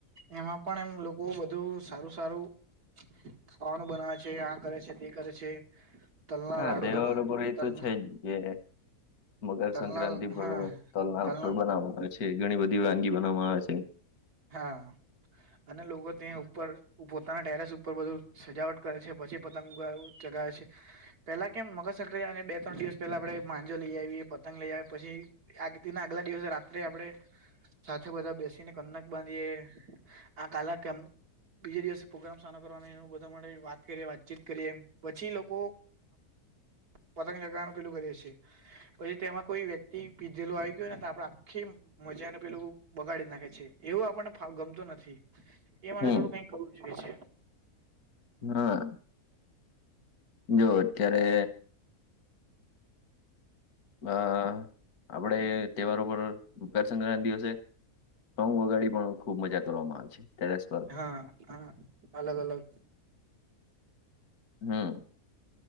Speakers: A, on the right; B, on the left.
A: એમાં પણ એમ લોકો બધું સારું સારું ખવાનું બનાવે છે આ કરે છે તે કરે છે. તલના
B: હા
A: લાડુ
B: દેવાર
A: બનાવે
B: ઉપર એ
A: તલ
B: તો છે જ એ. મકરસક્રાંતિ
A: તલના તલના
B: પર
A: હા
B: તલના
A: તલના
B: બનાવામાં આવે છે ઘણી બધી વાનગી બનાવવામાં આવે છે.
A: હા અને લોકો ત્યાં ઉપર પોતાના ટેરેસ ઉપર બધું સજાવટ કરે છે. પછી પતંગ ચગાવે છે. પેલા કેમ, મકરસંક્રાંતિ અને બે-ત્રણ દિવસ પહેલા આપડણે માંજો લઈ આવીએ, પતંગ લઈ આવીએ, પછી આગતિના આગલા દિવસે રાત્રે આપણે સાથે બધા બેસીને કલાક. બંધીએ આ કાલ, કેમ? બીજે દિવસે પ્રગ્રામ સાર કરવાનો એ બધા માટે વાત કરીએ વાતચીત કરીએ પછી લોકો
B: <inaudible>
A: પતંગ ચગાનું પેલું કરીએ છીએ. પછી તેમાં કોઈ વ્યક્તિ પીજેલું આવી ગયું ને આપડે આખી. મજા ને પેલું બગાડી જ નાખે છે. એવું આપને ગમતું નથી એ માટે
B: હમ
A: થોડું કઈક કરવું જોઈએ છે.
B: હા. જો અત્યારે હા, આપડે તહેવારો ઉપર. સંક્રાંતિ ના દિવસે સોંગ વગાડી પણ ખુબ મજા કરવામાં આવે છે. ત્યારે સવારે.
A: હા હા અલગ અલગ
B: હમ.